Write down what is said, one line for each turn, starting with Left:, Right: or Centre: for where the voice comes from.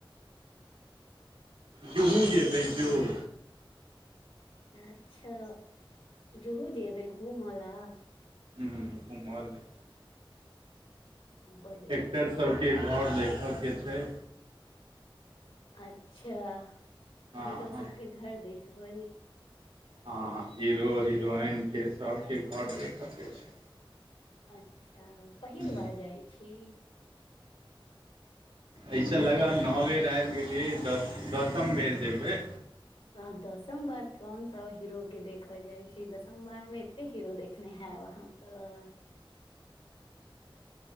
Right: जूहू जेबे जुहू
Left: अच्छा जहू जेबै घूमय ल
Right: हु घमल ला
Left: बड नीक
Right: एक्टर
Left: बात
Right: सबके घर देखऽके छै
Left: अच्छा
Right: हँ
Left: हीरो
Right: हँ
Left: सबके घर देखबै
Right: हा हीरो हिरोइन के सबके घर देखय के छै
Left: अच्छा पहिल
Right: छै
Left: बार जाइ छी
Right: एहिस लगा न ओ बेर आबि गेलिये दसम बेर जेबे
Left: अ दसम बार कोन सा हीरो के देखल जाइ छे दसम बार मे ते हीरो देखने हेब अहाँ त